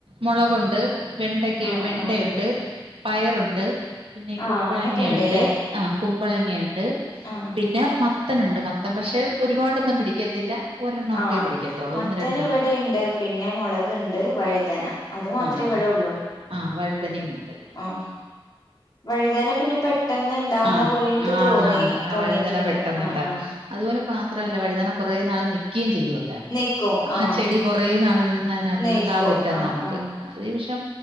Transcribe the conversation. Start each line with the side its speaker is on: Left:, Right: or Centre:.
Right: മുളകുണ്ട് വെണ്ടക്ക്
Left: ആ
Right: വെണ്ടെണ്ട്.
Left: ആ
Right: ഉണ്ട് പയറുണ്ട് പിന്നെ
Left: ആ
Right: കുമ്പളങ്ങയുണ്ട്.
Left: അങ്ങനെയൊക്കെ ഇണ്ട്ല്ലേ
Right: ആഹ് കുമ്പളങ്ങയുണ്ട്.
Left: ആ
Right: പിന്നെ മത്ത മത്തനുണ്ട് മത്തൻ പക്ഷെ ഒരുപാടൊന്നും പിടിക്കത്തില്ല. ഒരെണ്ണോക്കെ
Left: ആ
Right: പിടിക്കത്തുള്ളൂ
Left: മത്തന്
Right: ഒന്ന് രണ്ട
Left: ഇവിടെണ്ട് പിന്നെ മുളക്ണ്ട് വഴുതന അത് മാത്രേ
Right: ആ
Left: ഇവിടെ ഉള്ളൂ.
Right: ആ വഴുതനയുണ്ട്.
Left: ആ വഴുതന പിന്നെ പെട്ടെന്ന്ണ്ട്. ണ്ടാവുന്ന
Right: ആ
Left: പോലെ എനിക്ക്
Right: ആ
Left: തോന്നി
Right: ആന്ന് ആന്ന് ആ
Left: തോന്നിയിട്ടുണ്ട്
Right: വഴുതന പെട്ടെന്നുണ്ടാവും
Left: ആഹ് ആഹ്
Right: അതുപോലെ മാത്രമല്ല വഴുതാന കൊറൊനാള് നിക്കിം ചെയും.
Left: നിക്കും
Right: ആ
Left: ആഹ്
Right: ചെടി കൊറേ നാള് നിന്ന് അതിനകത്ത്ന്ന്
Left: നിൽക്കും
Right: ക്ക കിട്ടും
Left: ആഹ്
Right: നമുക്ക്.
Left: ആഹ്
Right: അതേപക്ഷം